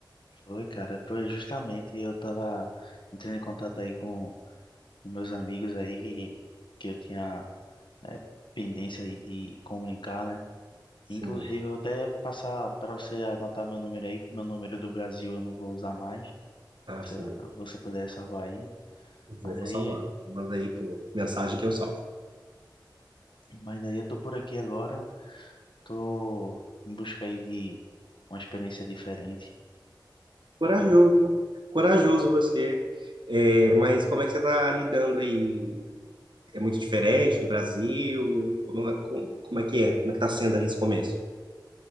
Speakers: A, on the left; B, on the right.
A: Foi, cara, foi justamente eu tava entrando em contato aí com, com meus amigos aí que, que eu tinha é, pendência aí de comunicar, né?
B: <laughs> Sim,
A: Inclusive, eu vou até passar para você anotar meu número aí, que meu número do Brasil eu não vou usar mais.
B: ah,
A: Se
B: sim.
A: Você, você puder salvar aí.
B: Vou,
A: Mas
B: vou
A: aí,
B: salvar. Manda aí por mensagem que eu salvo.
A: mas aí eu tô por aqui agora, tô em busca aí de uma experiência diferente.
B: Corajoso, corajoso você. É, mas como é que você tá lidando aí? É muito diferente do Brasil? Como, é- como, como é que é? Como é que tá sendo aí esse começo?